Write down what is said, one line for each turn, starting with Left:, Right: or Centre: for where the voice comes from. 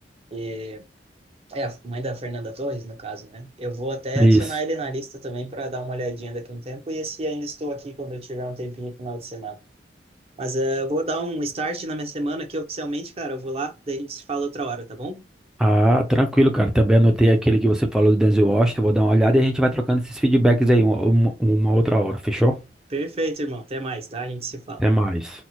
Right: E é a mãe da Fernanda Torres, no caso, né? Eu vou até
Centre: Isso.
Right: adicionar ele na lista também para dar uma olhadinha daqui a um tempo. E esse ainda estou aqui quando eu tiver um tempinho no final de semana. Mas eh, eu vou dar um start na minha semana aqui oficialmente, cara. Eu vou lá, daí a gente se fala outra hora, tá bom?
Centre: Ah, tranquilo, cara. Também anotei aquele que você falou do Denzel Washington. Vou dar uma olhada e a gente vai trocando esses feedbacks aí uma, uma uma outra hora, fechou?
Right: Perfeito, irmão. Até mais, tá? A gente se fala.
Centre: Até mais.